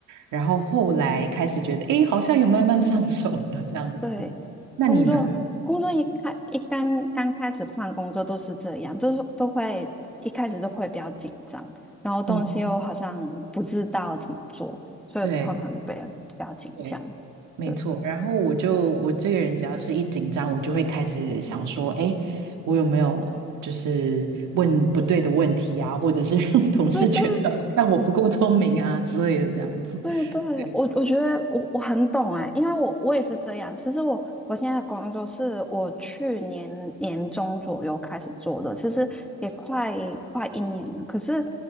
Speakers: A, on the right (about 75°); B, in the centre.
A: 然后后来开始觉得，诶，好像有慢慢上手了这样子。
B: 对，
A: 那你呢？
B: 工作工作一开一刚刚开始换工作都是这样，就是都会一开始都会比较紧张，然后东西又好像不知道怎么做，
A: 嗯，
B: 所以通常都比较比较紧张。
A: 对对。没错，
B: 对
A: 然后我就我这个人只要是一紧张，我就会开始想说，哎，我有没有就是问不对的问题啊，或者是让 <laughs> 同事觉得像我不够聪明啊之类的这样子。
B: 对对，对对，
A: 对
B: 我我觉得我我很懂哎，因为我我也是这样。其实我我现在的工作是我去年年中左右开始做的，其实也快快一年了。可是